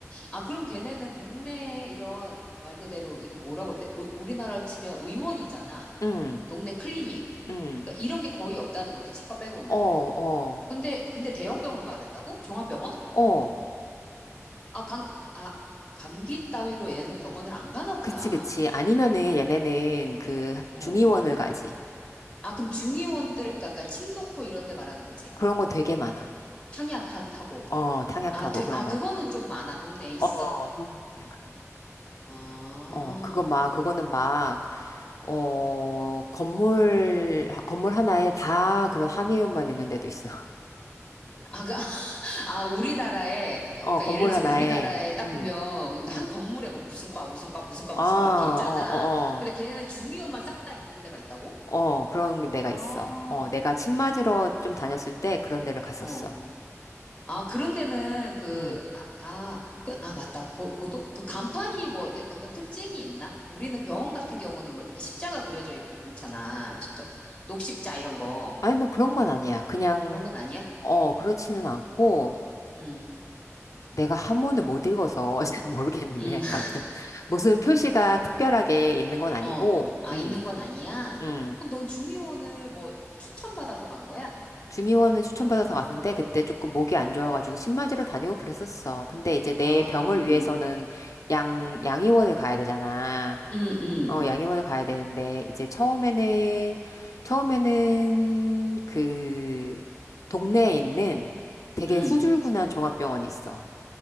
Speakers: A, on the left (about 25°); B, on the left (about 85°).
A: 아, 그럼 걔네는 동네 이런 말 그대로 이거 뭐라 그래? 우리나라 치면 의원이잖아.
B: 응,
A: 동네 클리닉.
B: 응,
A: 그러니까 이런 게 거의 없다는 거지, 치과 빼고는.
B: 어, 어,
A: 근데, 근데 대형병원 가야 된다고? 종합병원?
B: 어.
A: 아, 감, 아, 감기 따위로 얘는 병원을 안 가나 보다.
B: 그치, 그치. 아니면은 얘네는 그
A: 어.
B: 중의원을 가지.
A: 아, 그럼 중의원들, 그러니까, 그러니까 침 놓고 이런 데 말하는 거지.
B: 그런 거 되게 많아.
A: 향약하고.
B: 어, 탕약하고
A: 어, 아, 되,
B: 그런
A: 아, 그거는
B: 거.
A: 좀 많아. 동네에 있어.
B: 어, 그런 거 되게 많아.
A: 아,
B: 어, 그거 막, 그거는 막, 어, 건물, 하- 건물 하나에 다 그런 한의원만 있는 데도 있어. <laughs>
A: 아, 그, <laughs> 아, 우리나라에,
B: 어,
A: 그러니까
B: 건물
A: 예를 들어서
B: 하나에,
A: 우리나라에 딱
B: 음,
A: 보면 한
B: 음.
A: 건물에 뭐 무슨 과, 무슨 과, 무슨 과, 무슨
B: 아, 어,
A: 과 막 이렇게 있잖아.
B: 어, 어.
A: 근데 걔네는 중의원만 싹 다 있는 데가 있다고?
B: 어, 그런 데가
A: 아,
B: 있어. 어, 내가 침 맞으러 좀 다녔을 때 그런 데를 갔었어.
A: 어. 아, 그런 데는 그,
B: 음.
A: 아, 아, 그, 아, 맞다. 고, 고동, 그 간판이 뭐 어때- 어떤 특징이 있나? 우리는 병원 같은 경우는 뭐 이렇게 십자가 그려져 있고 그렇잖아. 진짜 녹십자 이런 거.
B: 아니, 뭐 그런 건 아니야. 그냥,
A: 그런 건 아니야?
B: 어, 그렇지는 않고,
A: 음,
B: 내가 한문을 못 읽어서 <laughs> 모르겠네.
A: 음, <laughs>
B: 아무튼, 무슨 표시가 특별하게 있는 건 아니고,
A: 어. 아,
B: 음.
A: 있는 건 아니야?
B: 음.
A: 그럼 넌 중의원을 뭐 추천받아서 간 거야?
B: 중의원은 추천받아서 갔는데 그때 조금 목이 안 좋아가지고
A: 음,
B: 신마지로 다니고 그랬었어. 근데 이제 내
A: 어,
B: 병을
A: 음,
B: 위해서는 양, 양의원을 가야 되잖아.
A: 음, 음,
B: 어, 양의원을 가야 되는데 이제 처음에는, 처음에는 그 동네에 있는 되게
A: 음.
B: 후줄근한 종합병원이 있어.